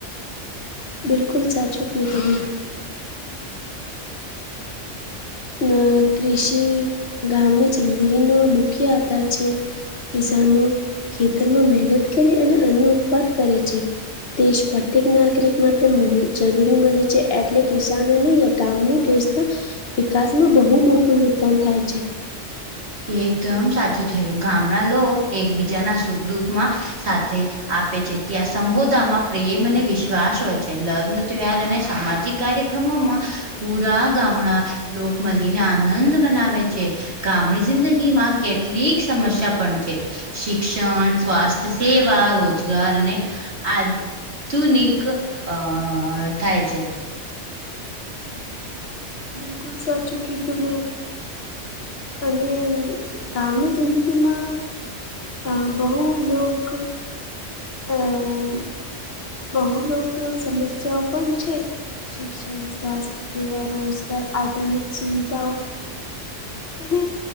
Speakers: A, on the left (about 60°); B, on the right (about 60°).
A: બિલકુલ સાચું કીધું બેન. અહ કૃષિ ગામની જિંદગીનો મુખ્ય આધાર છે. કિસાનો ખેતરમાં મહેનત કરી અને અન્ન ઉત્પાદ કરે છે. દેશ પ્રત્યેક નાગરિક માટે મળ જરૂરી મલે છે એટલે કિસાનને ગામનું દેશ તો વિકાસમાં બહુ મોટું યોગદાન થાય છે.
B: એકદમ સાચું થયું ગામડા લોકો એકબીજાના સુખ દુખ માં સાથે આપે છે ત્યાં સંબોધામાં પ્રેમ અને વિશ્વાસ હોય છે લગ્ન તે યાર એને સામાજિક કાર્યક્રમોમાં પૂરા ગામડા લોક મળલીને આનંદ મનાવે છે. ગામડી જિંદગીમાં કેટલીક સમસ્યા પણ છે શિક્ષણ સ્વાસ્થ્ય સેવા રોજગાર અને આ તુંનિક અહ થાય છે.
A: બિલકુ સાચુ કીધું મેં અને ગામની જિંદગીમાં અહ બહુ લોક અમ્મ બહુ લોકો સમસ્યાઓ પણ છે શિક્ષણ સ્વાસ્થ્ય સેવા રોજગાર આધુનિક સુવિધાઓ અને